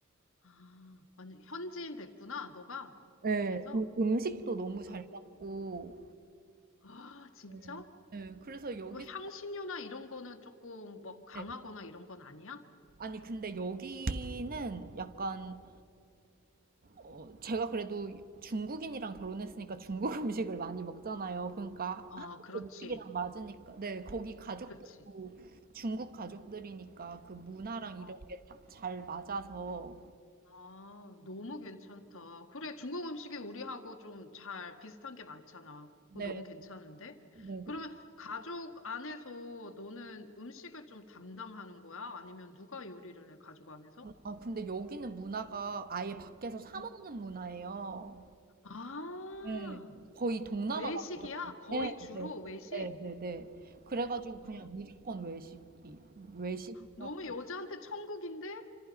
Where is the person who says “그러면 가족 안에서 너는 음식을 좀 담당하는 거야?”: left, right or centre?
Left